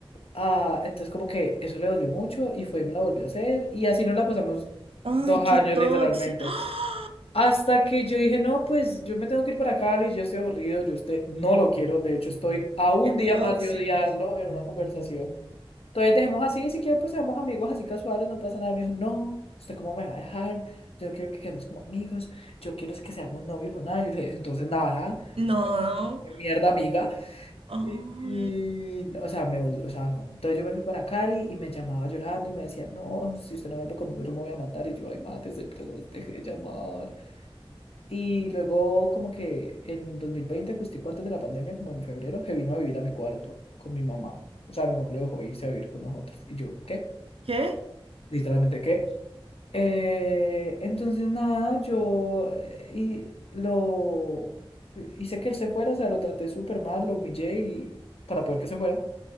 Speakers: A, on the left; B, on the right.
A: Ah, entonces como que eso le dolió mucho y fue y me la volvió a hacer y así nos la pasamos
B: Ay,
A: dos años
B: qué tóxico.
A: literalmente.
B: <gasps>
A: Hasta que yo dije, no, pues yo me tengo que ir para Cali, yo estoy aburrido, yo usted no lo quiero, de hecho estoy a un
B: Qué
A: día
B: tóxicos.
A: más de odiarlo en una conversación. Entonces dejemos así, si quiero pues seamos amigos así casuales, no pasa nada. Me dijo, no, ¿usted cómo me va a dejar? Yo no quiero que quedemos como amigos, yo quiero es que seamos novios o nada. Yo le dije, entonces nada,
B: No,
A: pues, pues, mierda amiga.
B: Ay,
A: Y, y, o sea, me, odió, o sea, no. Entonces yo me fui para Cali y me llamaba llorando y me decía, no, si usted no vuelve conmigo, yo me voy a matar. Y yo, ay, mate, se deje de llamar. Y luego, como que en 2020 justico antes de la pandemia, como en febrero, se vino a vivir a mi cuarto con mi mamá. O sea, mi mamá lo dejó irse a vivir con nosotros. Y yo, ¿qué?
B: ¿qué?
A: Literalmente, ¿qué? Eh, entonces, nada, yo eh, y lo hice que él se fuera, o sea, lo traté súper mal, lo humillé y para poder que se fuera.